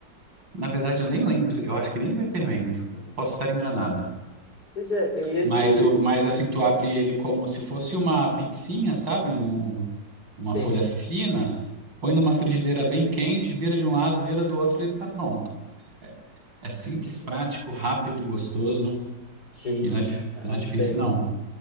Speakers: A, on the right; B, on the left.
A: Na verdade, eu nem lembro, eu acho que nem vai fermento. Posso estar enganado.
B: Pois é, eu ia
A: Mas,
B: te.
A: o, mas assim, tu abre ele como se fosse uma pizzinha, sabe? Num, um- uma
B: Sim.
A: folha fina, põe numa frigideira bem quente, vira de um lado, vira do outro e ele tá pronto. É, é simples, prático, rápido, gostoso
B: Sim,
A: e
B: sim.
A: não é, di-
B: Ah,
A: não é difícil,
B: isso aí é bom.
A: não.